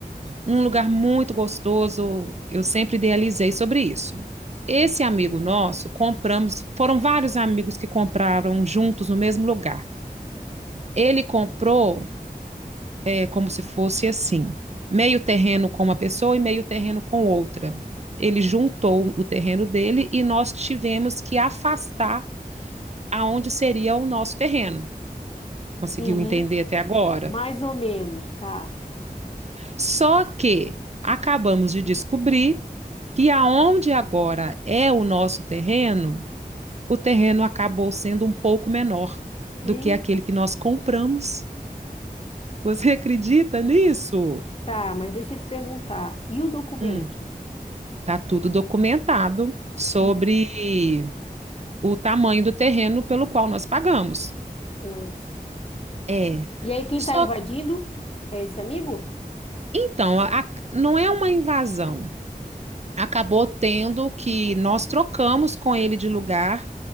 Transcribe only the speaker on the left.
Uhum,
mais ou menos, tá.
E...
Tá, mas deixa eu te perguntar. E o documento?
N-
Nossa.
E aí, quem
tá invadindo é esse amigo?